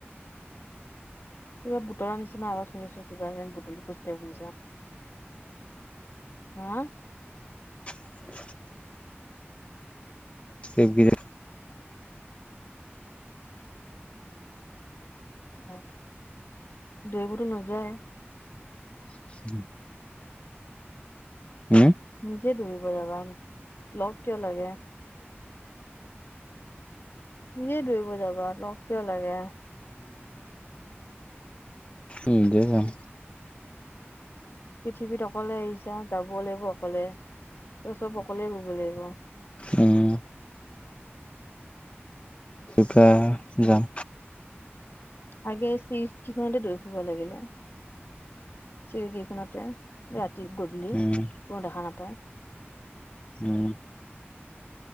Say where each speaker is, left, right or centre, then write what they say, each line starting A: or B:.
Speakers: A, on the left (about 60°); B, on the left (about 30°).
A: কিবা বুতলা নিছিনা আৱাজ শুনিছো কিবা এন। খোজকাঢ়ি ফুৰিছা। হা?
B: <unintelligible> তেগ বিজা।
A: অ' দৌৰিবতো নোযোৱায়ে।
B: <unintelligible> উম,
A: নিজে দৌৰিব যাবা লগ কিয় লাগে। নিজে দৌৰিব যা লগ কিয় লাগে।
B: উম, দে যাম।
A: পৃথিৱীত অকলে আহিছা যাব লাগিব অকলে ত' চব অকলে বুলিব।
B: উম থোৱা
A: উম।
B: যাম।
A: আগে চিৰিকিখনতে দৈ ফুব লাগিলে চৰিকিখনতে ৰাত। তি গদুলি
B: উম
A: কোনো দেখা নাপায়।
B: উম,